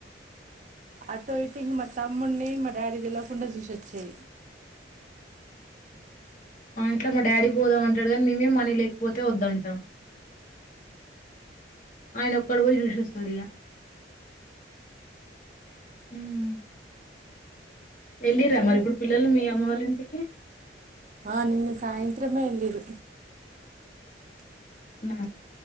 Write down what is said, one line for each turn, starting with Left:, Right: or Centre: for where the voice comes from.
Right: అటు ఇటు ఇం మా తమ్మున్ని ఇ మా డాడిదేలావకుండ కుండ చూసోచ్చి
Left: ఆ అట్లా మా డాడీ పోదాం అంటాడు కానీ మేమే మనీ లేకపోతే వద్దంటాం ఆయన ఒక్కడే పోయి చూసోస్తడు ఇగ.. హ్మ్ వెళ్ళిరా మరి ఇప్పుడు పిల్లలు మీ అమ్మ వాళ్ళ ఇంటికి
Right: ఆ నిన్న సాయంత్రమే వేల్లిరు
Left: నా